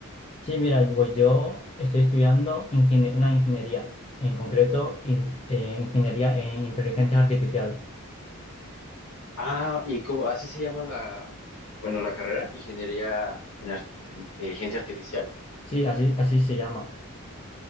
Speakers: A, on the left (about 25°); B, on the left (about 75°).
A: Sí, mira, y pues yo estoy estudiando ingenie- una ingeniería, en concreto in- eh, ingeniería en inteligencia artificial.
B: Ah, y cómo, así se llama la, bueno, la carrera, Ingeniería en Ar- Inteligencia Artificial.
A: Sí, así, así se llama.